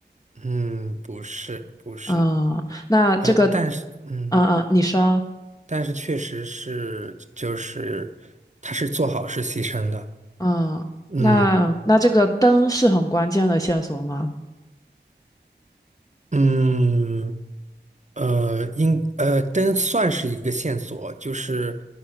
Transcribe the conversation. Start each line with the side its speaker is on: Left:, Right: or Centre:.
Right: 嗯，不是，不是，
Left: 嗯，那这个，
Right: 呃，但是，嗯，
Left: 嗯嗯，你说，
Right: 但是确实是，就是他是做好事牺牲的。
Left: 嗯，
Right: 嗯。
Left: 那那这个灯是很关键的线索吗？
Right: 嗯，呃，应呃，但算是一个线索，就是，